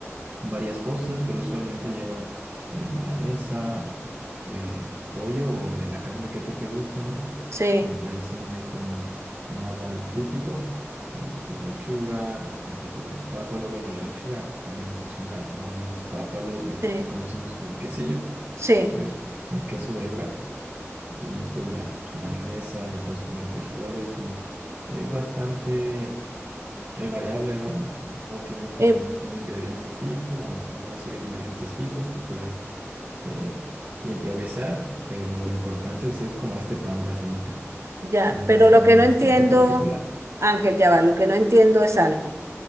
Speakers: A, on the right (about 35°); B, on the right (about 65°).
A: varias cosas, pero usualmente lleva eh, milanesa de pollo o de la carne que a ti te guste, ¿no?
B: sí,
A: Eh, ahí sí no hay como nada típico. Eh, pues lechuga, un poco de pápalo. Bueno, la lechuga también es opcional. Normalmente es pápalo, lo que
B: sí,
A: aquí conocemos como quesillo,
B: sí.
A: que es un queso de hebra. Y pues ya su mayonesa, le puedes poner frijoles y es bastante. Es variable, ¿no? No no tiene como
B: Eh,
A: un ingrediente fijo, o una serie de ingredientes fijos. Tú puedes eh, improvisar, pero lo importante sí es como este pan, la semita,
B: ya,
A: que tiene
B: pero
A: una forma
B: lo que no
A: bastante
B: entiendo,
A: particular.
B: Ángel, ya va, lo que no entiendo es algo.